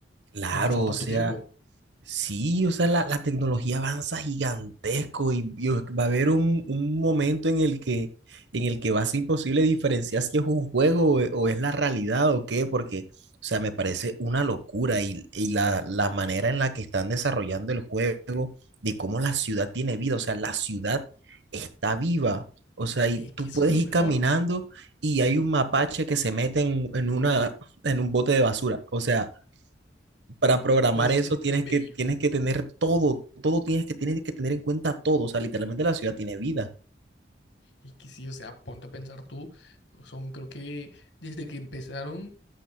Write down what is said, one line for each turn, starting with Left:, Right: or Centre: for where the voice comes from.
Right: Claro,
Left: No ha pasado
Right: o
Left: tanto
Right: sea,
Left: tiempo.
Right: Sí, o sea, la, la tecnología avanza gigantesco y, y va a haber un, un momento en el que, en el que va a ser imposible diferenciar si es un juego o, e- o es la realidad o qué, porque, o sea, me parece una locura y, y la, la manera en la que están desarrollando el juego, de cómo la ciudad tiene vida, o sea, la ciudad está viva, o sea, y
Left: Es que
Right: tú
Left: eso
Right: puedes
Left: es lo
Right: ir
Left: mejor.
Right: caminando y hay un mapache que se mete en, en una, en un bote de basura, o sea para programar
Left: Pues
Right: eso
Left: es,
Right: tienes
Left: es bello.
Right: que, tienes que tener todo, todo tienes que, tienes que tener en cuenta todo. O sea, literalmente la ciudad tiene vida.
Left: Es que sí, o sea, ponte a pensar tú. Son, creo que desde que empezaron